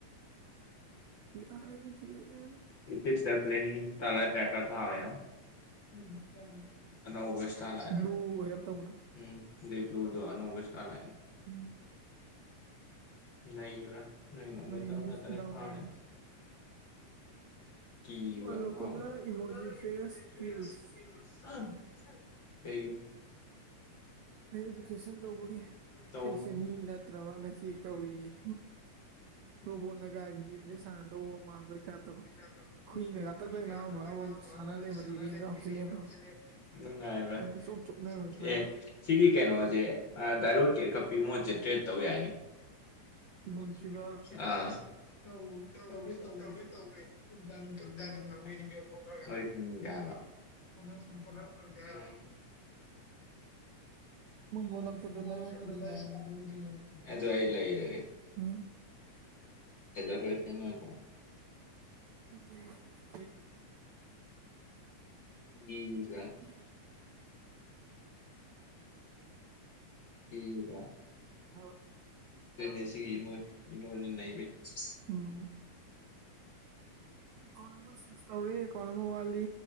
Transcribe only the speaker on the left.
ꯏ ꯄꯤꯠꯁ ꯗ ꯄ꯭ꯂꯤꯟ <unintelligible> ꯑꯅꯧꯕ ꯏꯁꯇꯥꯔ ꯂꯥꯏꯠꯅꯤ
ꯎꯝ ꯗꯤꯞ ꯕ꯭ꯂꯨꯗꯣ ꯑꯅꯧꯕ ꯏꯁꯇꯥꯔ ꯂꯥꯏꯠꯅꯤ
ꯅꯩꯕ꯭ꯔꯥ ꯅꯣꯏ ꯉꯝꯃꯣꯏꯗꯕ
ꯉꯥꯛꯇꯅꯤ
ꯐꯥꯔꯤꯁꯤ
ꯀꯤꯕ
ꯑꯃ ꯐꯥꯎꯕ꯭ꯔ <unintelligible>
ꯀꯩꯒꯤ <unintelligible>
<unintelligible> ꯇꯧ
<unintelligible>
<unintelligible>
ꯅꯨꯡꯉꯥꯏꯕ꯭ꯔꯥ
ꯑꯦ ꯁꯤꯒꯤ ꯀꯩꯅꯣꯖꯦ ꯑ ꯗꯥꯏꯂꯣꯠꯀꯤ ꯑꯀꯞꯄꯤ ꯃꯣꯠꯖꯦ ꯇ꯭ꯔꯦꯠ ꯇꯧ ꯌꯥꯏꯅꯦ ꯃꯁꯤꯗ
ꯑꯥ ꯇꯧ ꯇꯧ ꯇꯧꯒꯦ ꯇꯧꯋꯦ <unintelligible> ꯗꯥꯏꯃꯟ ꯗꯥꯏꯃꯟ ꯐꯪꯗꯣꯏꯅꯤ ꯌꯣꯟꯊꯣꯛꯈ꯭ꯔꯒ ꯍꯣꯏ ꯎꯪꯗꯦ ꯍꯥꯏꯕ ꯕꯣꯅꯁ <unintelligible> ꯕꯣꯅꯁ ꯐꯪꯗꯦ ꯍꯥꯏꯔꯣ ꯎꯝ <unintelligible>
ꯑꯗꯨ ꯑꯩ ꯂꯩꯔꯒꯦ
ꯐꯖꯗꯣꯏ <unintelligible>
ꯎꯝ
ꯀꯤꯕ꯭ꯔ
ꯑꯗꯨꯅꯤ ꯁꯤꯒꯤ ꯏꯃꯣ ꯏꯃꯣꯅ ꯅꯩꯕꯩ ꯆ